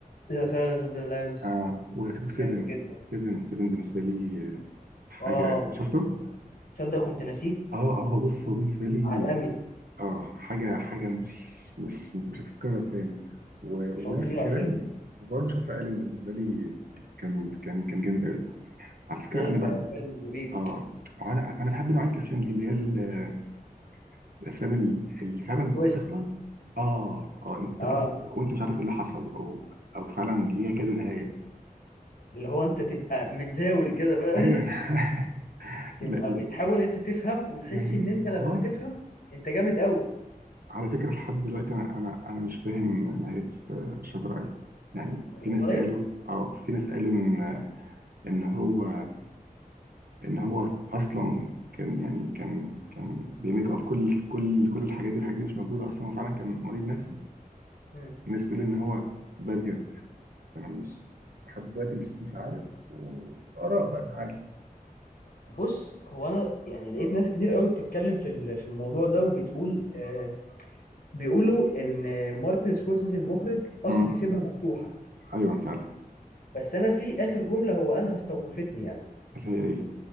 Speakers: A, on the left; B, on the right.
A: ذا سايلنس اوف ذا لامبس
B: اه و7 7
A: جامد جدا
B: 7 بالنسبة لي حاجة
A: اه
B: شفته؟
A: تصدق كنت ناسيه
B: اه اه هو بص هو بالنسبة لي
A: عالمي
B: اه حاجة حاجة مش مش مش هتتكرر تاني و...
A: فظيع
B: ونفس الكلام
A: 7
B: برضه شاتر ايلاند بالنسبة لي كان كان كان جامد قوي على فكرة
A: فيلم
B: انا بقى
A: آه، فيلم مريب
B: اه هو انا انا بحب نوعية الافلام دي اللي هي ال- الافلام ال- اللي فعلا
A: تويست
B: تخلص اه اه انت
A: اه
B: تخلص وانت, وانت مش عارف ايه اللي حصل او او فعلا ليها كذا نهاية
A: اللي هو انت تبقى متزاول كده بقى
B: ايوه
A: <laughs>
B: <laughs>
A: تبقى
B: لا
A: بتحاول انت تفهم وتحس
B: يعني
A: ان انت لما
B: اه
A: تفهم انت جامد قوي
B: على فكرة لحد دلوقتي أنا أنا أنا مش فاهم نهاية آه، شاتر أيلاند يعني في
A: والله
B: ناس قالوا أه في ناس قالوا إن إن هو إن هو أصلا كان يعني كان كان بيميك أب كل كل كل الحاجات دي الحاجات دي مش موجودة أصلا هو فعلا كان مريض نفسي
A: مم.
B: في ناس بتقول إن هو ده بجد أنا مش لحد دلوقتي مش مش عارف و- وآراء بقى عادي
A: بص هو انا يعني لقيت ناس كتير قوي بتتكلم في ال- في الموضوع ده وبتقول آه بيقولوا ان مارتن سكورسيزي المخرج قصد
B: امم
A: يسيبها مفتوحة
B: أيوه فعلا
A: بس انا في اخر جملة هو قالها استوقفتني يعني
B: اللي هي إيه